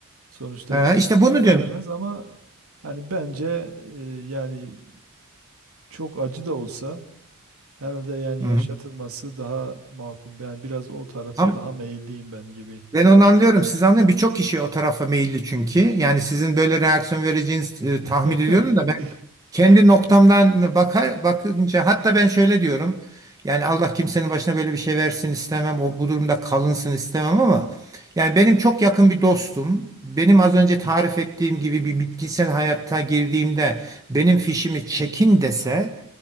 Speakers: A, on the right; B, on the right.
A: sonuçta
B: Ha,
A: kimse
B: işte bunu
A: bir şey
B: diyorum.
A: diyemez ama hani bence e, yani çok acı da olsa Herhalde yani
B: Hı.
A: yaşatılması daha makul. Yani biraz o tarafa
B: Ama,
A: daha meyilliyim ben gibi.
B: Ben onu anlıyorum. Siz anlayın birçok kişi o tarafa meyilli çünkü. Yani sizin böyle reaksiyon vereceğiniz e,
A: <laughs>
B: tahmin ediyorum da ben kendi noktamdan bakar bakınca hatta ben şöyle diyorum. Yani Allah kimsenin başına böyle bir şey versin istemem. O bu durumda kalınsın istemem ama yani benim çok yakın bir dostum benim az önce tarif ettiğim gibi bir bitkisel hayatta girdiğimde benim fişimi çekin dese